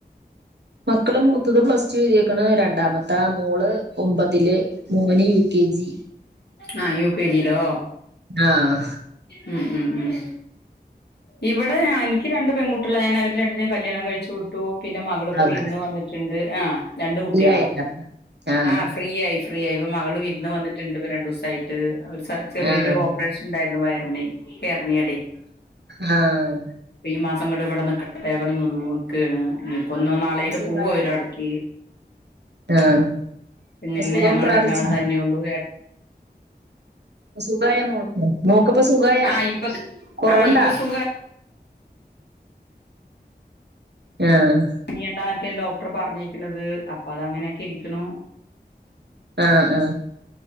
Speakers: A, on the right; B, on the left.
A: മക്കള് മൂത്തത് പ്ലസ് ടു എഴുതിക്കാണ് രണ്ടാമ പത്ത മൂള് ഒമ്പതില് മോന്‌ യു കെ ജി
B: ആ യു കെ ജിയിലോ
A: ആഹ
B: ഉം ഉം ഉം ഇവിടെ എനിക്ക് രണ്ടണ്ട് പെൺകുട്ടികുള്ള ഞാൻ അവര് രണ്ടിനും കല്യാണം കഴിച്ചു വിട്ടു പിന്നെ മകളിപ്പോ
A: അതാ
B: വിരുന്ന് വന്നിട്ടുണ്ട് ആ രണ്ട് കുട്ട്യാള
A: ഫ്രീ ആയല്ലോ ആഹ്
B: ആ ഫ്രീ ആയി ഫ്രീ ആയി ഇപ്പ മകൾ വിരുന്ന് വന്നിട്ടുണ്ട് ഇ രണ്ടുസ ആയിട്ട് ചെറിയൊരു
A: ആഹ്
B: ഓപ്പറേഷൻ ഉണ്ടായിരുന്നു വയറിന് അര്ന്യ ടെ
A: ആഹ
B: ഈ മാസം കണ്ട് ഇവിടെ നിക്കട്ടെടെ നിന്നു നക്കുകയാണ് ഇനിയിപ്പൊ ഒന്നോ നാളായിട്ട്
A: സുഖായ
B: പോവ ഒരുര ഇടയ്ക്ക്
A: ആഹ്
B: പിന്നന്നെ
A: ഇപ്പൊ സുഖം
B: ഞങ്ങൾ
A: പ്രാപിച്ചാ
B: രണ്ടാളും തന്നെള്ളൂ
A: സുഖായ മോൾക്ക് മോക്ക്പ്പം സുഖായ
B: ആഹ് ഇപ്പൊ സു
A: കൊറവണ്ടാ
B: ആഹ് ഇപ്പൊ സുഖാ
A: ആഹ
B: പനണ്ടാന്നൊക്കെ ഡോക്ടർ പറഞ്ഞിരിക്കുന്നത് അപ്പൊ അത് അങ്ങനെയൊക്കെ ഇരിക്കുന്നു
A: ആഹ ആഹ